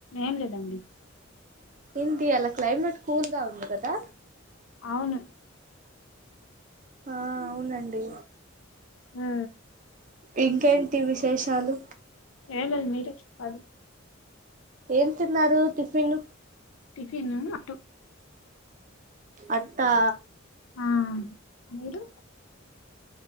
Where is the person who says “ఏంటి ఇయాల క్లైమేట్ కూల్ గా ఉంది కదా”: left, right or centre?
Right